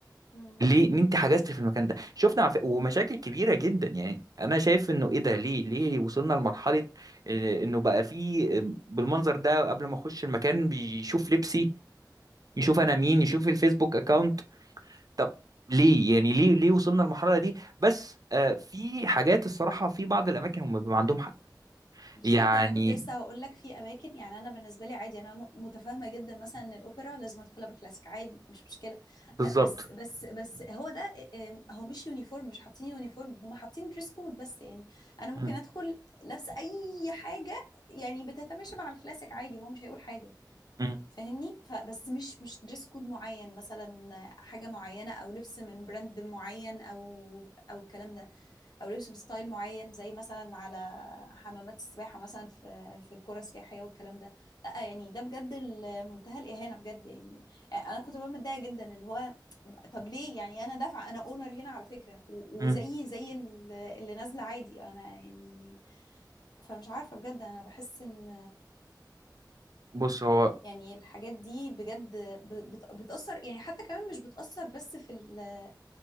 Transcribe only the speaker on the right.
ليه ان انت حجزت في المكان ده شفنا عف... ومشاكل كبيره جدا يعني انا شايف انه ايه ده ليه ليه وصلنا لمرحله اه، انه بقى فيه اه، بالمنظر ده قبل ما اخش المكان بيشوف لبسي يشوف انا مين يشوف الفيسبوك اكاونت طب ليه يعني ليه ليه وصلنا للمرحله دي بس آه في حاجات الصراحه في بعض الاماكن هم بيبقى عندهم حق
يعني
بالظبط
م-
م-
م.
بص هو